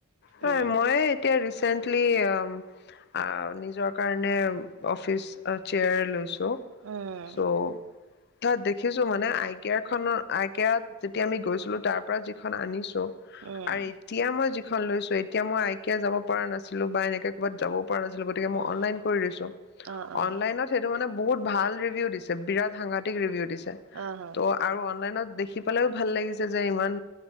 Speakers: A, on the left (about 45°); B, on the right (about 60°).
A: হয়
B: উম
A: মই এতিয়া ৰিচেন্ট লি অ', নিজৰ কাৰণে অ'ফিচ চেয়াৰ লৈছো।
B: উম
A: চ' চ' তাত দেখিছো মানে আই কে খনত আই কোত যেতিয়া আমি গৈছিলো তাৰ পৰা যিখন আনিছো
B: উম
A: আৰু এতিয়া মই খন লৈছো এতিয়া মই আইকিয়া যাব পৰা নাছিলো বা এনেকে ক'ৰবাত যাব পৰা নাছিলো গতিকে মই
B: উম
A: অনলাইন কৰি দিছো,
B: অ অ
A: অনলাইনত সেইটো মানে বহুত ভাল ৰিভিউ দিছে বিৰাট সাংঘাটিক ৰিভিউ দিছে।
B: অ অ
A: ত' আৰু অনলাইনত দেখি শি পালেও ভাল লাগিছে যে ইমান